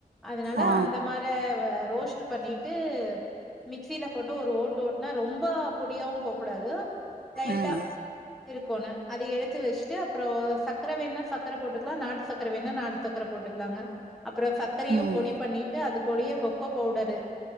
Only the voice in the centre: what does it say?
அதுனால
அந்த மார ரோஸ்ட்டு பண்ணிட்டு மிக்சில போட்டு ஒரு ஓட்டு ஓட்டுனா ரொம்ப பொடியாவு போக்கூடாது லைட்டா
இருக்கொணு அத எடுத்து வச்சிட்டு அப்ரோ சக்கர வேனா சக்கர போட்டுக்கலா நாட்டு சக்கர வேணா நாட்டு சக்கர போட்டுக்கலாங்க அப்ரோ சக்கரையு
பொடி பண்ணிட்டு அதுக்குடயே கொக்கோ பவுடரு